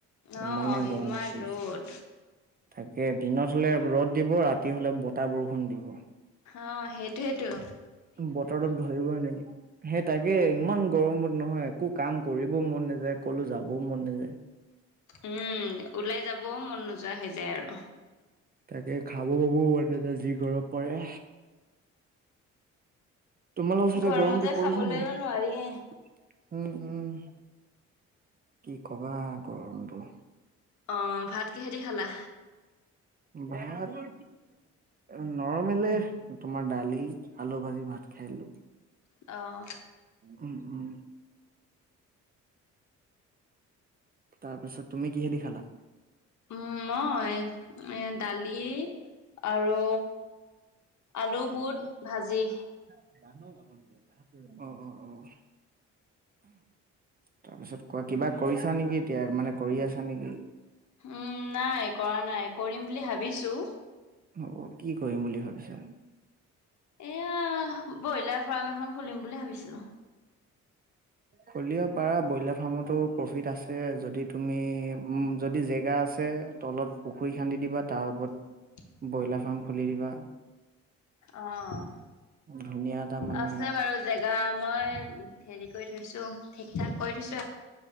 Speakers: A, on the left; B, on the right.
A: অ
B: ইমানেই গৰম
A: ইমান
B: পৰিছে।
A: ৰ'দ
B: তাকে দিনত হলে ৰ'দ দিব ৰাতি হলে বতাহ বৰষুণ দিব।
A: অ সেইটোয়েটো।
B: বতৰটোত ধৰিবই নোৱাৰি সে তাকে ইমান গৰমত নহয়। একো কাম কৰিবও মন নাযায় কলো যাবও মন নাযায়।
A: উম ওলাই যাবও মন নোযোৱা হৈ যায় আৰু।
B: তাকে খাব পাব মন নেযায়। যি গৰম পৰে। তোমালোকৰওচতে
A: গৰমতে
B: গৰমটো
A: খাবলৈও
B: পৰিছে নে।
A: নোৱাৰিয়ে
B: <inaudible> উম উম কি কবা গম তো।
A: অ' ভাত কিহেদি খালা?
B: ভাত নৰমেলে তোমাৰ দালি আলু ভাজি ভাত। খাই দিলো।
A: অ'
B: উম উম। তাৰপিছত তুমি কিহেদি খালা?
A: উম মই এ দালি। আৰু আলু বুট ভাজি।
B: <inaudible> অ' অ' অ'। তাৰপিছত কোৱা কিবা কৰিছা নেকি? এতিয়া মানে কৰি আছা নেকি।
A: উম নাই কৰা নাই কৰিম বুলি ভাবিছো।
B: অ' কি কৰিম বুলি ভাবিছা।
A: এয়া ব্ৰইলাৰ ফাৰ্ম এখন খুলিম বুলি ভাবিছিলো।
B: খুলিব পাৰা ব্ৰইলাৰ ফাৰ্মতো প্ৰফিট আছে যদি তুমি। উম যদি জেগা আছে। তলত পুখুৰী খান্দি দিবা তাৰ ওপৰত।
A: <unintelligible>
B: ব্ৰইলাৰ ফাৰ্ম খুলি দিবা
A: অ'
B: ধুনীয়া এটা মানে
A: আছে বাৰু জেগা মই হেৰি কৰি থৈছো ঠিক ঠাক কৰি থৈছ।